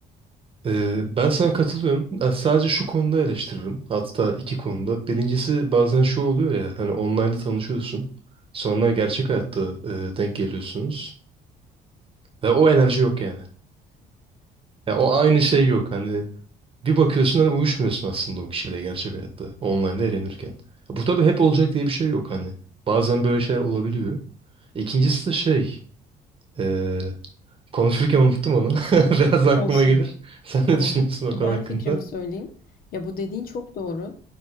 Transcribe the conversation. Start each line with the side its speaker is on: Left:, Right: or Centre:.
Right: Ee, ben sana katılıyorum. Ben sadece şu konuda eleştiririm. Hatta iki konuda. Birincisi bazen şu oluyor ya hani online'da tanışıyorsun. Sonra gerçek hayatta e, denk geliyorsunuz. Ve o enerji yok yani. Ya o aynı şey yok. Hani bir bakıyorsun hani uyuşmuyorsun aslında o kişiyle gerçek hayatta. Online'da eğlenirken. Ya bu tabii hep olacak diye bir şey yok hani. Bazen böyle şeyler olabiliyor. İkincisi de şey. E, konuşurken unuttum onu. <laughs> Biraz aklıma
Left: Olsun,
Right: gelir. Sen
Left: tamam.
Right: ne düşünüyorsun o
Left: Ben
Right: konu hakkında?
Left: fikrimi söyleyeyim. Ya, bu dediğin çok doğru.